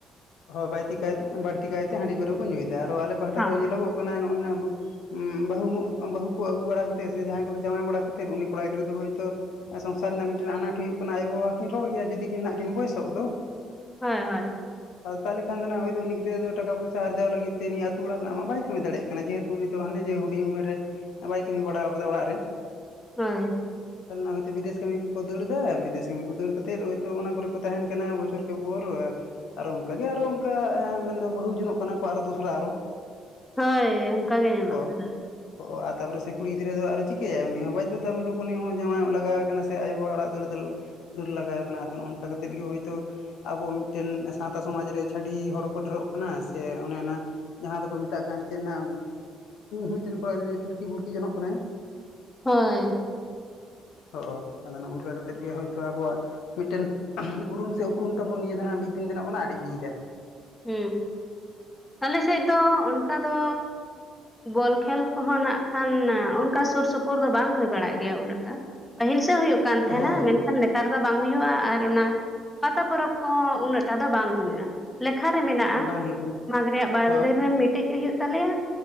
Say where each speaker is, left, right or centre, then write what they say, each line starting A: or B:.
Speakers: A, on the left; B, on the left.
A: ᱦᱚᱸ ᱵᱟᱭᱛᱤ, ᱠᱟᱭᱛᱮ - ᱵᱟᱹᱲᱛᱤ ᱠᱟᱭᱛᱮ, ᱦᱟᱺᱰᱤ ᱯᱟᱹᱨᱣᱟᱹ ᱠᱚ ᱧᱩᱭᱮᱫᱟ᱾ ᱟᱨᱚ ᱟᱞᱮ ᱯᱟᱦᱟᱴᱟ
B: ᱦᱳᱭ
A: ᱫᱚ ᱧᱮᱞᱚᱜᱚᱜ ᱠᱟᱱᱟ ᱱᱚᱜᱼᱚᱭ ᱱᱟᱜᱷ ᱟᱵᱚ ᱩᱸ ᱵᱟᱹᱦᱩ ᱦᱚᱸ, ᱵᱟᱹᱦᱩ ᱠᱚ ᱟᱹᱜᱩ ᱵᱟᱲᱟ ᱠᱟᱛᱮᱜ, ᱥᱮ ᱡᱟᱦᱟᱸᱭ ᱠᱚ ᱡᱟᱶᱟᱭ ᱵᱟᱲᱟ ᱠᱟᱛᱮᱫ ᱩᱱᱤ ᱠᱚᱲᱟ ᱜᱤᱫᱽᱨᱟᱹ ᱫᱚ ᱦᱳᱭᱛᱳ ᱥᱚᱝᱥᱟᱨ ᱨᱮᱱᱟᱜ ᱢᱤᱫᱴᱮᱱ ᱟᱱᱟᱴ ᱦᱩᱭᱩᱜ ᱠᱟᱱᱟ᱾ ᱟᱭᱳᱼᱵᱟᱵᱟ ᱠᱤᱱ ᱨᱚᱲ ᱜᱮᱭᱟ᱾ ᱡᱩᱫᱤ ᱠᱤᱱ ᱱᱟᱜᱷ ᱠᱤᱱ ᱵᱚᱭᱮᱥᱳᱜ ᱫᱚ᱾
B: ᱦᱳᱭ ᱦᱳᱭ᱾
A: ᱟᱫᱚ ᱛᱟᱦᱚᱞᱮ ᱠᱷᱟᱱ ᱫᱚ ᱱᱟᱜᱷ ᱦᱚᱭᱛᱚ, ᱩᱱᱤ ᱜᱤᱫᱽᱨᱟᱹ ᱴᱟᱠᱟ ᱯᱚᱭᱥᱟ ᱟᱨᱡᱟᱣ ᱞᱟᱹᱜᱤᱫ ᱛᱮ, ᱱᱤᱭᱟᱹ ᱟᱹᱛᱩ ᱚᱲᱟᱜ ᱨᱮᱱᱟᱜ ᱢᱟ ᱵᱟᱭ ᱠᱟᱹᱢᱤ ᱫᱟᱲᱮᱭᱟᱜ ᱠᱟᱱᱟ᱾ ᱠᱟᱱᱟ ᱾ ᱡᱮᱦᱮᱛᱩ ᱩᱱᱤ ᱫᱚ ᱦᱟᱱᱮ ᱡᱮ ᱦᱩᱰᱤᱧ ᱩᱢᱮᱨ ᱨᱮ, ᱵᱟᱭ ᱠᱟᱹᱢᱤ ᱵᱟᱲᱟᱣ ᱠᱟᱫᱟ ᱚᱲᱟᱜ ᱨᱮ᱾
B: ᱦᱳᱭ᱾
A: ᱛᱟᱦᱚᱞᱮ ᱦᱚᱭᱛᱳ ᱵᱤᱫᱮᱥ ᱠᱟᱹᱢᱤ ᱠᱚᱼᱠᱚ ᱫᱟᱹᱲᱫᱟ ᱾ ᱵᱤᱫᱮᱥ ᱠᱟᱹᱢᱤ ᱠᱚ ᱫᱟᱹᱲ ᱠᱟᱛᱮᱫ ᱦᱚᱭᱛᱳ ᱚᱱᱟ ᱠᱚᱨᱮ ᱠᱚ ᱛᱟᱸᱦᱮᱱ ᱠᱟᱱᱟ᱾ ᱵᱚᱪᱷᱚᱨ ᱠᱮ ᱩᱯᱚᱨ ᱟᱨᱚ ᱚᱱᱠᱟᱜᱮ ᱟᱨᱚ ᱚᱱᱠᱟ, ᱢᱮᱱᱫᱚ ᱵᱟᱹᱦᱩ ᱡᱚᱱᱚᱜ ᱠᱟᱱᱟ ᱠᱚ ᱟᱨᱚ ᱫᱚᱥᱨᱟ ᱟᱨᱚ᱾
B: ᱦᱳᱭ ᱚᱱᱠᱟ ᱜᱮ ᱧᱮᱞᱚ-ᱜ
A: ᱦᱳᱭ
B: ᱠᱟᱱᱟ᱾
A: ᱚ ᱟᱨ ᱛᱟᱯᱚᱨᱮ ᱠᱩᱲᱤ ᱜᱤᱫᱽᱨᱟᱹ ᱫᱚ ᱟᱨᱚ ᱪᱤᱠᱟᱹᱭᱟᱭ ᱾ ᱩᱱᱤ ᱦᱚᱸ ᱵᱟᱫᱽᱫᱷᱚᱛᱟ ᱢᱩᱞᱩᱠ ᱩᱱᱤ ᱦᱚᱸ ᱡᱟᱶᱟᱜ ᱞᱟᱜᱟᱣ ᱮᱠᱟᱱᱟ᱾ ᱛᱮ ᱟᱭᱳ-ᱵᱵᱟ ᱟᱲᱟᱜ ᱫᱟᱹᱲ ᱫᱟᱹᱲ ᱞᱟᱜᱟᱣ ᱠᱟᱱᱟ᱾ ᱟᱫᱚ ᱱᱚᱜ-ᱱᱚᱝᱠᱟ ᱠᱟᱛᱮᱫ ᱜᱮ ᱦᱳᱭᱛᱳ ᱟᱵᱚ ᱢᱤᱫᱴᱮᱱ ᱥᱟᱶᱛᱟ ᱥᱚᱢᱟᱡᱽ ᱨᱮ ᱪᱷᱟᱹᱰᱤ ᱦᱚᱲ ᱦᱚᱸ ᱠᱚ, ᱰᱷᱮᱨᱚᱜ ᱠᱟᱱᱟ᱾ ᱥᱮ ᱚᱱᱮ ᱚᱱᱟ ᱡᱟᱦᱟᱸ ᱫᱚᱠᱚ ᱢᱮᱛᱟᱜ ᱠᱟᱱ ᱪᱮᱫ ᱚᱱᱟ ᱢᱤᱫᱴᱮᱱ ᱠᱚᱲᱟ ᱜᱤᱫᱽᱨᱟᱹ ᱪᱩᱴᱠᱤ ᱵᱩᱴᱠᱤ ᱡᱚᱱᱚᱜ ᱠᱟᱱᱟᱭ
B: ᱦᱳᱭ
A: ᱦᱚᱜ-ᱚ ᱟᱫᱚ ᱱᱚᱜᱼᱱᱚᱝᱠᱟ ᱠᱟᱛᱮᱜ ᱦᱳᱭ ᱛᱚ ᱟᱵᱚᱣᱟᱜ ᱢᱤᱫᱴᱮᱱ ᱩᱨᱩᱢ ᱥᱮ ᱩᱯᱨᱩᱢ ᱛᱟᱵᱚᱱ ᱱᱤᱭᱟᱹ ᱫᱚ ᱟᱸᱱᱟᱜ ᱢᱤᱫ ᱫᱤᱱ ᱫᱚ ᱱᱟᱜ ᱵᱚᱱ ᱟᱫ ᱤᱫᱤᱭᱮ ᱫᱟ᱾
B: ᱦᱩᱸ ᱟᱞᱮ ᱥᱮᱫ ᱫᱚ ᱚᱱᱠᱟ ᱫᱚ ᱵᱚᱞ ᱠᱷᱮᱞ ᱠᱚᱦᱚᱸ ᱱᱟᱜ ᱠᱷᱟᱱ ᱚᱱᱠᱟ ᱥᱩᱨ ᱥᱩᱯᱩᱨ ᱫᱚ ᱵᱟᱝ ᱦᱩᱭ ᱵᱟᱲᱟᱜ ᱜᱮᱭᱟ ᱩᱱᱟᱹᱜ ᱴᱟ ᱯᱟᱹᱦᱤᱞ ᱥᱮ ᱦᱩᱭᱩᱜ ᱠᱟᱱ ᱛᱟᱦᱮᱱᱟ
A: ᱦᱚᱸ
B: ᱢᱮᱱᱠᱷᱟᱱ ᱱᱮ ᱱᱮᱛᱟᱨ ᱫᱚ ᱵᱟᱝ ᱦᱩᱭᱩᱜᱼᱟ ᱟᱨ ᱚᱱᱟ ᱯᱟᱛᱟ ᱯᱚᱨᱚᱵᱽ ᱠᱚᱦᱚᱸ ᱩᱱᱟᱹᱜ ᱴᱟ ᱫᱚ ᱵᱟᱝ ᱦᱩᱭᱩᱜᱼᱟ ᱠᱷᱟᱨᱮ ᱢᱮᱱᱟᱜᱼᱟ
A: ᱦᱚᱸ ᱵᱟᱝ ᱦᱩᱭᱩᱜ ᱠᱟᱱᱟ
B: ᱢᱟᱜᱽ ᱨᱮᱭᱟᱜ ᱵᱟᱨ
A: ᱦᱚᱸ
B: ᱫᱤᱱ ᱨᱮ ᱢᱤᱫᱴᱮᱡ ᱦᱩᱭᱩᱜ ᱛᱟᱞᱮᱭᱟ